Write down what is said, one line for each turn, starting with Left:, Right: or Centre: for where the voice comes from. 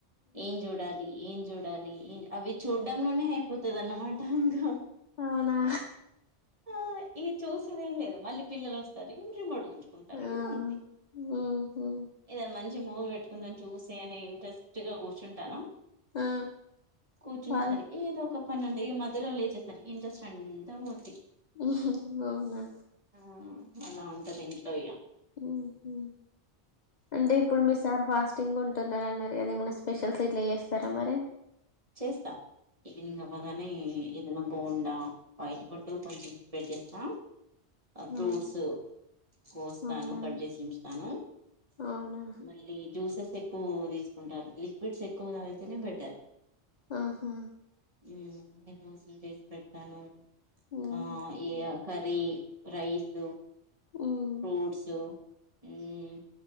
Right: ఏన్ చూడాలి ఏన్ చూడాలి ఏన్ అవి చూడ్డంలోనే అయిపోతా అన్నమాట ఇంకా
Left: అవునా
Right: ఆ ఇక చూసేది ఏం లేదు మళ్ళీ పిల్లలు వస్తారు ఇమడు చూసుకుంటారు
Left: ఆ
Right: <unintelligible>
Left: ఉహు
Right: ఏదనా మంచి మంచి మూవీ పెట్టుకుందాం చూసే అని ఇంట్రెస్ట్గా కూర్చుంటాను.
Left: ఆ
Right: కూర్చునే
Left: వాళ్ళు
Right: సరికి ఏదోఓక ప వన్నంటే ఇగ మధ్యలో లేచేసరికి ఇంట్రెస్ట్ అంతా పోద్ది
Left: ఉహు అవునా
Right: మ్ అలా ఉంటది ఇంట్లో ఇగ
Left: హు హు అంటే ఇప్పుడు మీ సార్ ఫాస్ట్ టింగ్ ఉంటున్నరు అన్నారు కదా ఏమన్నా స్పెషల్స్ ఇట్లా ఎస్తారా మరే
Right: చేస్తా ఈవినింగ్ అవ్వగానే ఏదన్నా బోండా ఆయిల్ ఫుడ్ కొంచెం పెట్టేస్తా
Left: హ్మ్.
Right: ఫ్రూట్స్ కోస్తాను
Left: అవునా
Right: కట్ చేసి ఉంచుతాను
Left: అవునా
Right: మళ్ళీ జ్యూసెస్ ఎక్కువ తీసుకుంటారు లిక్విడ్స్ ఎక్కువ తాగితేనే బెటర్
Left: ఆహా
Right: మ్ నేను జ్యూసులు చేసి పెడతాను
Left: హ్మ్.
Right: ఆ ఈ అ కర్రీ రైసు
Left: హ్మ్.
Right: ఫ్రూట్స్ మ్